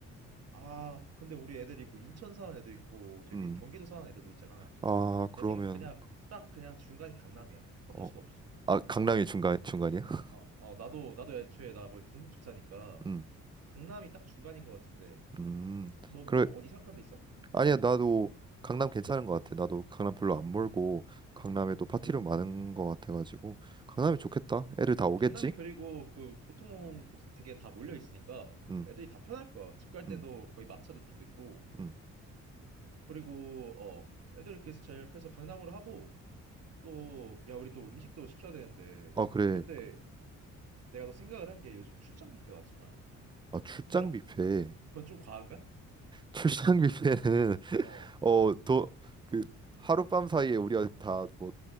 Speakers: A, on the right; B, on the right.
A: 아, 근데 우리 애들이 뭐 인천 사는 애도 있고 저기
B: 음,
A: 밑에 경기도 사는 애들도 있잖아.
B: 아, 그러면,
A: 내 생각에 그냥 딱 그냥 중간이 강남이야. 어쩔
B: 어,
A: 수가 없어.
B: 아, 강남이 중간, 중간이야? <laughs>
A: 어, 어, 나도 나도 애초에 나 거기 강북 쪽 사니까
B: 음,
A: 강남이 딱 중간인 것 같은데
B: 음,
A: 너
B: 그래.
A: 뭐 어디 생각한 데 있어?
B: 아니야, 나도 강남 괜찮은 것 같아. 나도 강남 별로 안 멀고, 강남에도
A: 어,
B: 파티룸 많은 것 같아가지고, 강남이
A: 어.
B: 좋겠다. 애들 다 오겠지?
A: 강남이 그리고 그 교통 그 되게 다 몰려 있으니까
B: 음,
A: 애들이 다 편할 거야. 집 갈 때도
B: 음,
A: 거의 막차도 좀 늦고
B: 음.
A: 그리고 어 애들이 그래서 제일 그래서 강남으로 하고 또 야 우리 또 음식도 시켜야 되는데
B: 아, 그래.
A: 그때 내가 또 생각을 한 게 요즘 출장 뷔페 많잖아.
B: 아, 출장
A: 그럼
B: 뷔페.
A: 그- 그건 좀 과한가?
B: 출장 뷔페는 <laughs>
A: 어.
B: 어도그 하룻밤 사이에 우리가 다 뭐